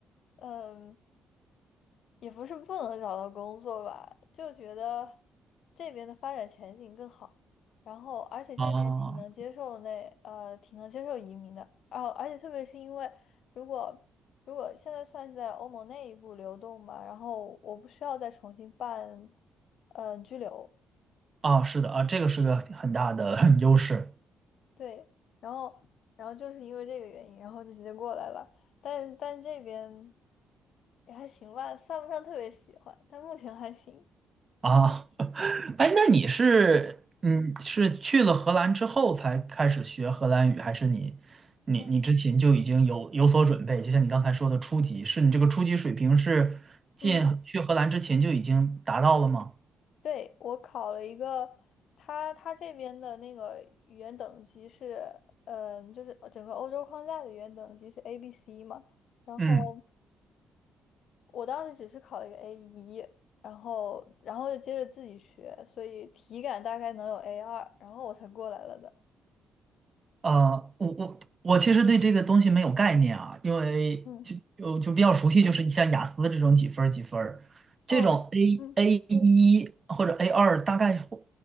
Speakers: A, on the left; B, on the right.
A: 嗯。也不是不能找到工作吧，就觉得这边的发展前景更好，然后而且这边挺能接受那呃挺能接受移民的，
B: 啊
A: 然后而且特别是因为如果如果现在算是在欧盟内部流动吧，然后我不需要再重新办嗯、呃居留，
B: 啊，是的啊，这个是个很大的 <laughs> 优势
A: 对，然后然后就是因为这个原因，然后就直接过来了，但但这边也还行吧，算不上特别喜欢，但目前还行，
B: 啊。<laughs> 哎，那你是嗯是去了荷兰之后才开始学荷兰语，还是你你你之前就已经有有所准备？
A: 嗯。
B: 就像你刚才说的初级，是你这个初级水平是进去荷兰之前就已经达到了吗？
A: 嗯。对，我考了一个，他他这边的那个语言等级是，嗯，就是整个欧洲框架的语言等级是 A、B、C 嘛。然后
B: 嗯。
A: 我当时只是考了一个 A 一，然后然后就接着自己学，所以体感大概能有 A 二，然后我才过来了的。
B: 呃，我我我其实对这个东西没有概念啊，因为就就就比较熟悉，
A: 嗯，
B: 就是像雅思这种几分儿几分儿这种
A: 哦，
B: A
A: 嗯。
B: A 一或者 A 二，大概换